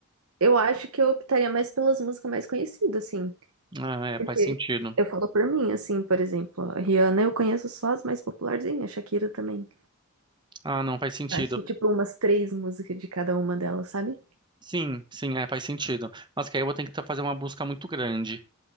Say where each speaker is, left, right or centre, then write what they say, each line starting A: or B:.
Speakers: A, on the right; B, on the right.
A: eu acho que eu optaria mais pelas músicas mais conhecidas, assim.
B: Ah, é,
A: Porque
B: faz sentido.
A: eu falo por mim, assim, por exemplo, a Rihanna eu conheço só as mais popularzinhas, a Shakira também.
B: Ah, não, faz sentido.
A: Acho que, tipo, umas três músicas de cada uma delas, sabe?
B: Sim, sim, é, faz sentido. Mas que aí eu vou ter que tá- fazer uma busca muito grande.